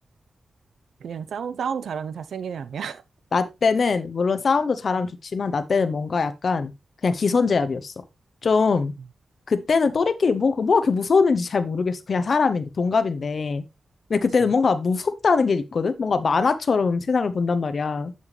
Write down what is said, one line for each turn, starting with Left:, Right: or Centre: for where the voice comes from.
Right: 그냥 싸움, 싸움 잘하는 잘생긴 애 아니야?
Left: 나 때는, 물론 싸움도 잘하면 좋지만, 나 때는 뭔가 약간 그냥 기선제압이었어. 좀,
Right: <laughs>
Left: 그때는 또래끼리 뭐, 뭐 그렇게 무서웠는지 잘 모르겠어. 그냥 사람인데, 동갑인데. 근데 그때는
Right: 그치.
Left: 뭔가 무섭다는 게 있거든? 뭔가 만화처럼 세상을 본단 말이야.